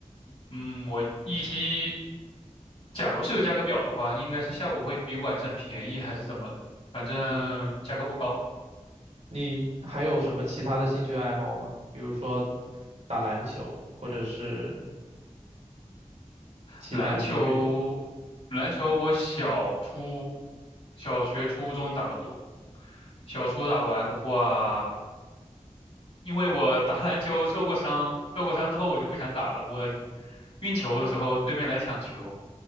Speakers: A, on the left; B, on the right.
A: 嗯，我依稀，假如是有价格表的话，应该是下午会比晚上便宜还是怎么的，反正价格不高。
B: 嗯，你还有什么其他的兴趣爱好吗？比如说打篮球，或者是其他的一些运动，
A: 篮球，篮球我小初、小学、初中打的多，小初打完的话，因为我打篮球受过伤，受过伤之后我就不想打了。我运球的时候，对面来抢球。